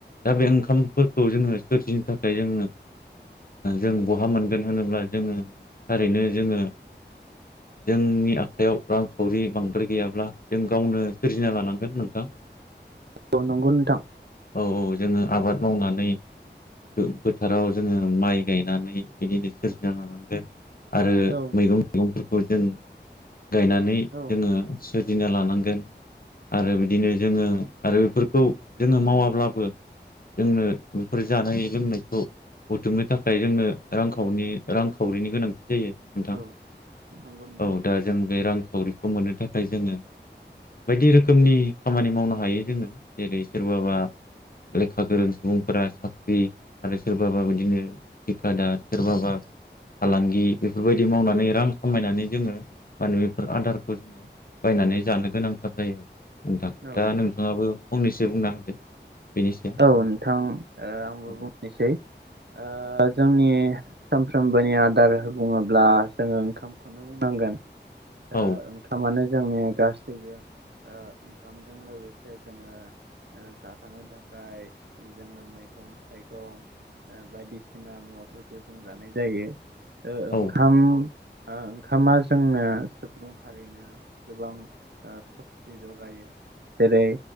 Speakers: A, on the left; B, on the right.
A: दा बे ओंखामफोरखौ जोङो सोरजिनो थाखाय जोंङो जों बहा मोनगोन होनोब्ला जोङो थारैनो जोङो
B: <inaudible>
A: जोंनि आखायाव रांखावरि बांद्राय गैयाब्ला जों गावनो सोरजिना लानांगोन नोंथां
B: औ नंगौ नोंथां
A: औ औ जोङो आबाद मावनानै नै फोथाराव जोङो माइ गायनानै बिदिनो सोरजिना लानांगोन आरो
B: औ
A: मैगं मैगंफोरखौ जों गायनानै
B: उम
A: जोङो सोरजिना लानांगोन आरो बिदिनो जोङो आरो बेफोर खौ जोङो मावाब्लाबो जोंनो बेफोर जानाय लोंनायखौ बुथुमनो थाखाय जोंनो रांखावनि रांखावरिनि गोनांथि जायो नोंथां
B: औ नंगौ नोंथां
A: औ दा जों बे रांखावरिखौ मोननो थाखाय जोङो बायदि रोखोमनि खामानि मावनो हायो जोङो जेरै सोरबाबा लेखा गोरों सुबुंफोरा साख्रि आरो सोरबाबा बिदिनो थेकादार सोरबाबा फालांगि बेफोरबायदि मावनानै रां खामायनानै जोङो माने बेफोर आदारखौ जोङो बायनानै जानो गोनांथार जायो नोंथां
B: औ
A: दा नोंथाङाबो फंनैसो बुंना होदो बेनि सायाव
B: औ नोंथां ओ आंबो
A: औ
B: बुंनोसै ओ जोंनि सानफ्रोमबोनि आदार बुङोब्ला जोङो ओंखामखौनो बुंनांगोन
A: औ
B: ओ ओंखामानो जोंनि गासैबो ओ ओंखामजों लोगोसे जोङो जाफानो थाखाय <unintelligible> जोङो मैगं थाइगं ओ बायदिसिना मुवाफोरखौ जों जानाय जायो ओ ओंखाम
A: औ
B: ओंखामा जोंनो <unintelligible> हारिनो गोबां ओ सक्ति जगायो जेरै